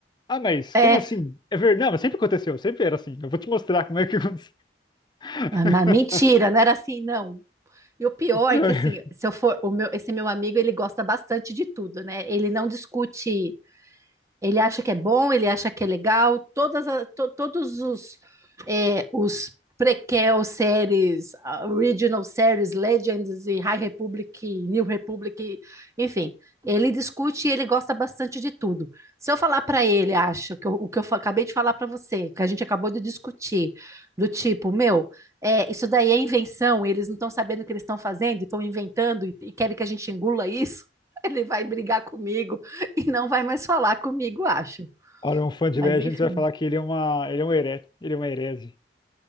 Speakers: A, on the left; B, on the right.
A: Ah, mas
B: É,
A: como assim? É verdade, não, mas sempre aconteceu, sempre era assim. Eu vou te mostrar como é que aconteceu. <laughs>
B: ah, mas mentira, não era assim, não. E o pior
A: Não,
B: é que
A: <laughs>
B: assim, se eu for, o meu, esse meu amigo, ele gosta bastante de tudo, né? Ele não discute ele acha que é bom, ele acha que é legal. Todas a- to- todos os, é, os prequel séries, ah, original séries, Legends e High Republic, New Republic, enfim, ele discute e ele gosta bastante de tudo. Se eu falar para ele, acho que eu- o que eu fa- acabei de falar para você, que a gente acabou de discutir, do tipo, meu, é, isso daí é invenção, eles não estão sabendo o que eles estão fazendo, estão inventando e, e querem que a gente engula isso. <laughs> Ele vai brigar comigo. <laughs> e não vai mais falar comigo, acho.
A: Olha, um fã de
B: Mas
A: Legends
B: enfim.
A: vai falar que ele é uma, ele é um herege, ele é uma herege.